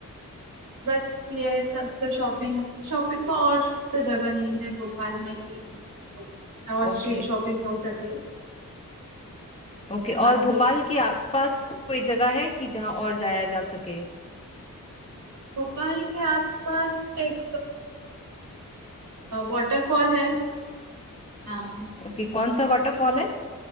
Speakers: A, on the right; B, on the left.
A: बस ये सब तो शॉपिंग शॉपिंग तो और तो जगह नहीं है भोपाल में कि और स्ट्रीट
B: ओके
A: शॉपिंग हो सके
B: ओके
A: बाकी
B: और भोपाल के आसपास कोई जगह है कि जहाँ और जाया जा सके
A: भोपाल के आसपास एक वाटरफॉल है हाँ
B: ओके कौन सा वाटरफॉल है